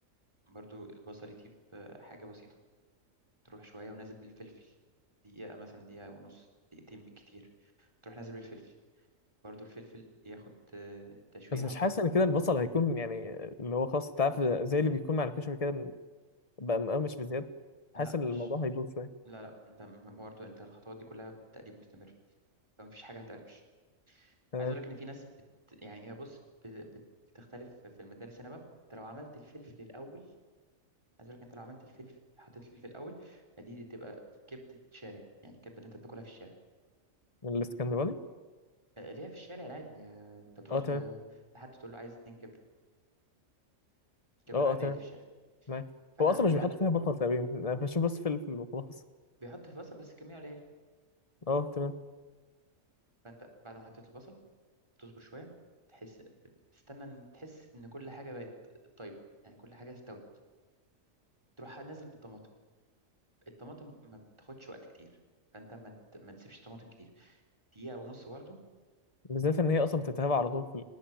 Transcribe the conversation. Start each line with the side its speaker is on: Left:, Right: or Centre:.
Right: برضو البصل يطيب آه، حاجه بسيطه تروح شوية ونازل بالفلفل دقيقة مثلا دقيقة ونص دقيقتين بالكتير تروح نازل بالفلفل برضو الفلفل ياخد آه،
Left: <laughs>
Right: تشويحة
Left: بس مش
Right: وكده
Left: حاسس ان كده البصل هيكون يعني اللي هو خاص انت عارف زي اللي بيكون مع الكشري كده بقى مقرمش بزياده حاسس
Right: لا
Left: ان
Right: مش
Left: الموضوع هيبوظ شويه
Right: لا لا انت م- برضو انت الخطوات دي كلها تقليب مستمر فمفيش حاجة هتقربش
Left: تمام
Right: عايز اقول لك ان في ناس بت يعني هي بص ب- بت- بتختلف في المدارس هنا بقى انت لو عملت الفلفل الاول عايز اقول لك انت لو عملت الفلفل حطيت الفلفل الاول دي تبقى كبدة شارع يعني الكبدة اللي انت بتاكلها في الشارع
Left: من الاسكندراني
Right: آه، اللي هي في الشارع العادي آه، انت تروح
Left: اه تمام
Right: ل- لحد تقول له عايز اتنين كبدة الكبده
Left: اه
Right: العاديه
Left: اه تمام
Right: اللي في الشارع
Left: معاك
Right: فاحنا
Left: هو اصلا
Right: خلينا
Left: مش بيحطوا
Right: لا
Left: فيها بطل تقريبا انا بشوف بس فلفل وخلاص
Right: بيحط في بصل بس كميه قليله
Left: اه تمام
Right: فانت بعد ما حطيت البصل تصبر شويه تحس تستنى ان تحس ان كل حاجه بقت طيبه يعني كل حاجه استوت تروح نازل بالطماطم الطماطم ما بتاخدش وقت كتير فانت ما ت- ما تسيبش طماطم كتير دقيقه ونص برضه
Left: بالذات
Right: و
Left: ان هي اصلا بتتهاب على طول في